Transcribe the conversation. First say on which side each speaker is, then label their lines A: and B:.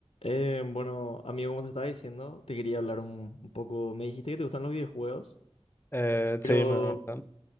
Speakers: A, on the left; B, on the left.
A: Eh, bueno, amigo, como te estaba diciendo, te quería hablar un, un poco. Me dijiste que te gustan los videojuegos,
B: Eh, sí,
A: pero
B: me gustan.